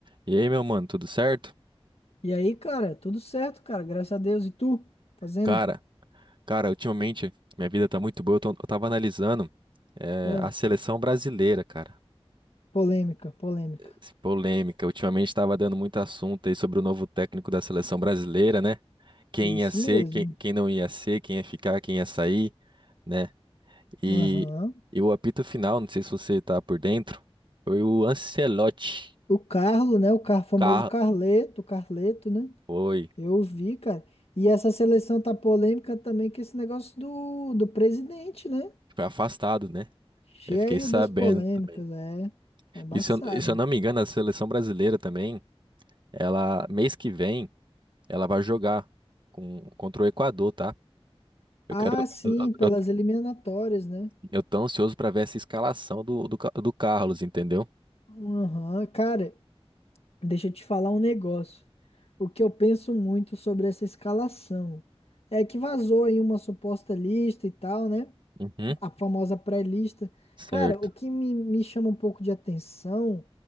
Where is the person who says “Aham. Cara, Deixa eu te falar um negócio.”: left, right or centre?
Left